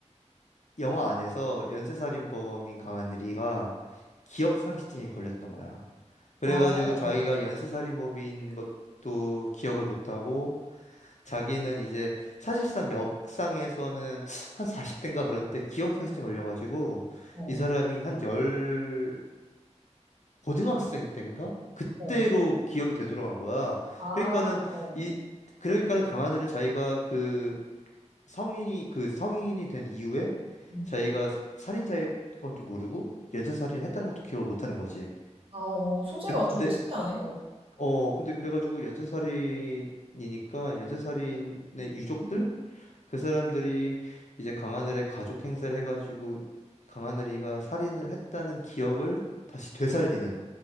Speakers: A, on the left; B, on the right.
A: 영화 안에서 연쇄살인범인 강하늘이가 기억상실증에 걸렸던 거야. 그래가지고
B: 아, 어,
A: 자기가 연쇄살인범인 것도 기억을 못하고 자기는 이제 사실상 역상에서는 한 40대인가 그런데 기억상실증 걸려가지고
B: 어,
A: 이 사람이 한열 고등학생 때인가? 그때로
B: 어.
A: 기억이 되돌아간 거야.
B: 아,
A: 그러니까는
B: 어.
A: 이 그러니까는 강하늘은 자기가 그 성인이 그 성인이 된 이후에
B: 응.
A: 자기가 살인자인 것도 모르고 연쇄살인을 했다는 것도 기억을 못 하는 거지.
B: 아, 어. 소재가
A: 근데
B: 좀 특이하네. 어.
A: 어 근데 그래가지고 연쇄살인이니까 연쇄살인의 유족들
B: 음.
A: 그 사람들이 이제 강하늘의 가족 행세를 해가지고 강하늘이가 살인을 했다는 기억을 다시 되살리는